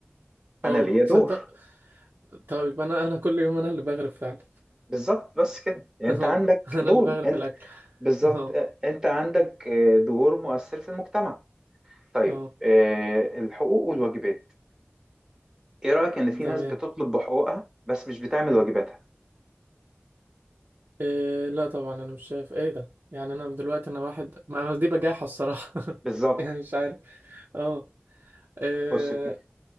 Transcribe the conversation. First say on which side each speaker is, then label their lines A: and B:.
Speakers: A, on the right; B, on the right.
A: أنا
B: اه
A: ليا دور
B: تصدق طيب انا انا كل يوم انا اللي بغرب فعلا
A: بالظبط بس كده يعني
B: اهو
A: أنت عندك
B: <laughs> انا
A: دور
B: اللي بغرف
A: أنت
B: الاكل
A: بالظبط
B: اهو
A: آه، أنت عندك آه، دور مؤثر في المجتمع طيب
B: اهو
A: آه، الحقوق والواجبات إيه رأيك إن في
B: تمام
A: ناس بتطلب بحقوقها بس مش بتعمل واجباتها
B: إيه لا طبعا انا مش شايف ايه ده يعني انا دلوقتي انا واحد ما أنا دي بجاحة الصراحة <laughs>
A: بالظبط
B: يعني مش عارف اه إيه
A: بص في